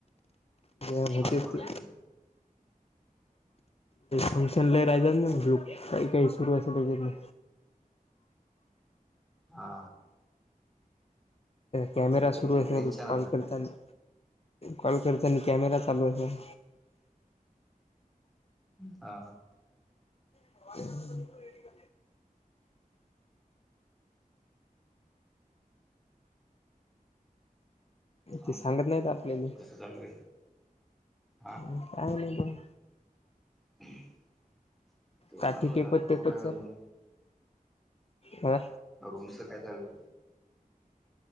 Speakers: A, on the left (about 45°); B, in the centre.
A: होतीच
B: हॉटस्पॉट
A: ती
B: घेतलं
A: कौशल्य राहिलेलं नाही काही काही सुरू असत तिकडं-
B: हा.
A: कॅमेरा
B: ते
A: सुरू असेल
B: रेंजच्या नव्हती
A: कॉल
B: वाटते
A: करताना. कॉल करतानी कॅमेरा चालू आहे का?
B: हा हा.
A: <inaudible>
B: हा
A: ते सांगत नाहीत आपल्याले.
B: कसं चालू आहे. हा.
A: काय नाही ब.
B: <inaudible> तेच
A: काठी
B: म्हणलं
A: टेपत टेपत
B: कुठं आहे रूम.
A: ह
B: रूमचं काय झालं?